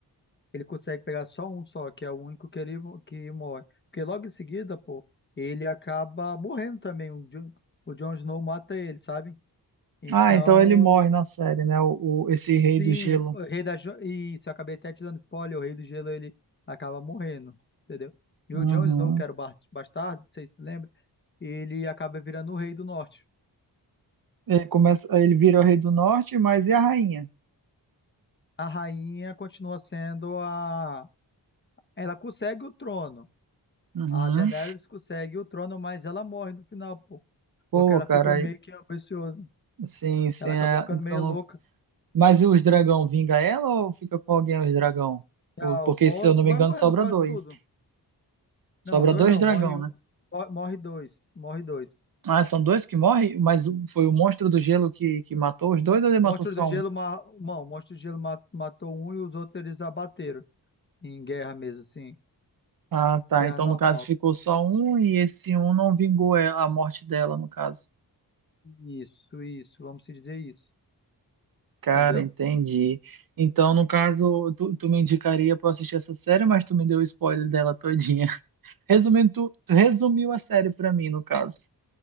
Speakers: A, on the left; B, on the right.
A: Ele consegue pegar só um só, que é o único que ele mo- que morre. Porque logo em seguida, pô, ele acaba morrendo também. O Jon, o Jon Snow mata ele, sabe? Então,
B: Ah, então ele morre na série, né? O, o- esse rei do
A: sim,
B: gelo.
A: o rei da jo- isso, eu acabei até te dando spoiler, o rei do gelo ele acaba morrendo, entendeu? E
B: Uhum.
A: o Jon Snow, que era o bar- bastardo, vocês se lembram? Ele acaba virando o rei do norte.
B: Ele começa, ele vira o rei do norte, mas e a rainha?
A: A rainha continua sendo a. Ela consegue o trono.
B: Uhum.
A: A Daenerys consegue o trono, mas ela morre no final, pô.
B: Pô,
A: Porque ela
B: cara,
A: ficou meio que ambiciosa.
B: Sim, sim.
A: Ela
B: é,
A: acabou ficando
B: então,
A: meio
B: não-
A: louca.
B: mas e os dragão vinga ela ou fica com alguém os dragão?
A: Não,
B: O- Porque,
A: morre,
B: se eu não me
A: vai
B: engano,
A: morrendo
B: sobra
A: quase
B: dois.
A: tudo.
B: Sobra
A: Não, dois
B: dois
A: não,
B: dragão,
A: morre um,
B: né?
A: mor- morre dois, morre dois.
B: Ah, são dois que morrem, mas o- foi o monstro do gelo que, que matou os dois ou ele
A: O
B: matou
A: monstro
B: só
A: do gelo,
B: um?
A: ma- não, o monstro do gelo ma- matou um e os outros eles abateram em guerra mesmo, assim,
B: Ah, tá.
A: guerra
B: Então,
A: normal.
B: no caso, ficou só um e esse um não vingou ela- a morte dela, no caso.
A: Isso, isso, vamos se dizer isso,
B: Cara,
A: entendeu?
B: entendi. Então, no caso, tu, tu me indicaria pra eu assistir essa série, mas tu me deu o spoiler dela todinha. <laughs> Resumindo, tu, tu resumiu a série pra mim, no caso.